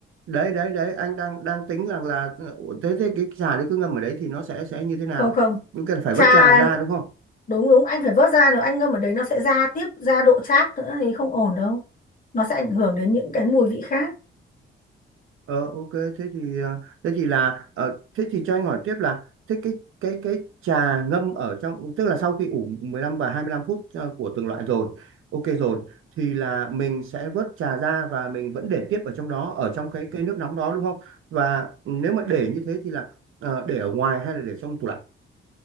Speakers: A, on the right (about 85°); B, on the left (about 40°).
A: đấy đấy đấy anh đang đang tính rằng là ừ, thế thế cái trà đấy cứ ngâm ở đấy thì nó sẽ sẽ như thế nào?
B: không không
A: Cũng cần phải
B: trà
A: vớt trà ra đúng không?
B: đúng đúng anh phải vớt ra nếu anh ngâm ở đấy nó sẽ ra tiếp ra độ chát nữa thì không ổn đâu nó sẽ ảnh hưởng đến những cái mùi vị khác
A: Ờ ok thế thì ờ, thế thì là ờ, thế thì cho anh hỏi tiếp là thế cái cái cái trà ngâm ở trong tức là sau khi ủ 15 và 25 phút ờ, của từng loại rồi ok rồi thì là mình sẽ vớt trà ra và mình vẫn để tiếp ở trong đó ở trong cái cái nước nóng đó đúng không và nếu mà để như thế thì là ờ, để ở ngoài hay là để trong tủ lạnh